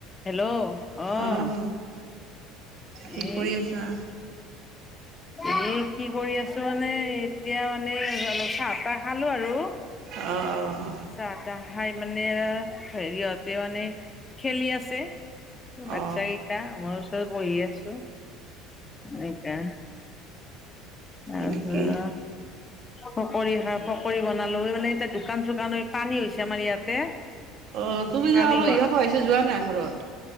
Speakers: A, on the left; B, on the right.
A: হেল্ল' অ'।
B: অহ কি
A: এ
B: কৰি আছা?
A: এ কি কৰি আছো মানে এতিয়া মানে অলপ চাহ তাহ খালো আৰু।
B: অ'অ'।
A: চাহ তাহ খাই মানে হেৰিহতে মানে খেলি আছে। বাচ্ছা
B: অ
A: কেইটা মই ওচৰত বহি আছো এনেকা
B: হয়
A: তাৰপৰা
B: নেকি
A: পকৰি খা পকৰি বনালো এইফালে এতিয়া দোকান চোকান হৈ পানী হৈছে আমাৰ ইয়াতে।
B: অ' তুমি
A: পানী
B: এ আলহি
A: হোৱা
B: খাব আহিছা যোৱা নাই ঘৰত।